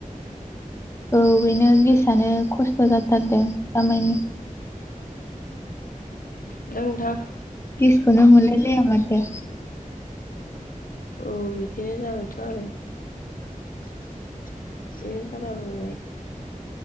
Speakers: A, on the left; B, on the left.
A: औ बेनो गेसआनो खस्थ' जाथारदों दामायनि।
B: <unintelligible>
A: गेसखौनो मोनलाय लाया माथो।
B: औ बिदिनो जाबायथ' आरो। बिदिनो जालाबायबाय।